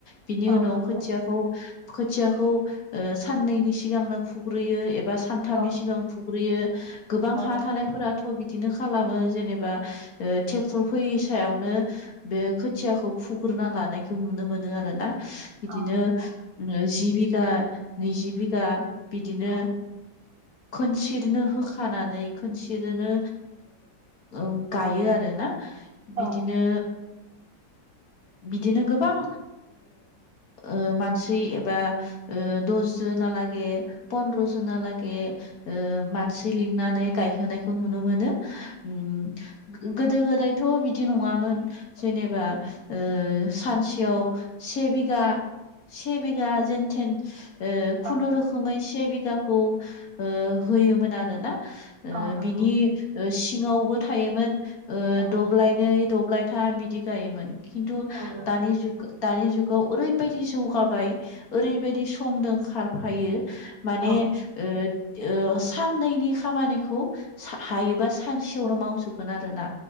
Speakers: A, on the left (about 55°); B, on the right (about 85°).
A: बिनि उनाव
B: औ नंगौ
A: खोथियाखौ खोथियाखौ ओ साननैनि सिगांनो फुग्रोयो एब बा सानथामनि
B: औ
A: सिगां फुग्रोयो गोबां
B: औ
A: हा थानायफोरा थ' बिदिनो खालामो जेनेबा ओ ट्रेक्टर फैयि सायावनो बे खोथियाखौ फुग्रोना लानायखौ नुनो मोनो। मोनो आरोना बिदिनो
B: औ नंगौ
A: जि बिघा नैजि बिघा बिदिनो
B: औ
A: खोनसेनो होखानानै खोनसेनो ओम गायो आरोना बिदिनो
B: औ
A: बिदिनो गोबां ओ मानसि एबा ओ दस जोना लागे पन्द्र जना लागे ओ मानसि लिंनानै गायोनायखौ नुनो मोनो उम। गोदो गोदायथ' बिदि नङामोन जेनेबा ओ सानसेयाव से बिघा से बिघा जेनथेन ओ
B: औ
A: खुनुरुखोमै से बिगाखौ ओ होयोमोन आरो ना। ओ
B: औ नंगौ
A: बिनि ओ सिङावबो थायोमोन ओ
B: औ
A: दब्लायनै दब्लाय थाम बिदि गायोमोन खिन्थु
B: औ नंगौ
A: दानि दानि जुग दानि जुगाव ओरैबायदि जौगाबाय ओरैबायदि समजों खारफायो माने
B: औ औ
A: ओ ओ साननैनि खामानिखौ हायोबा सानसेयावनो मावजोबगोन आरोना।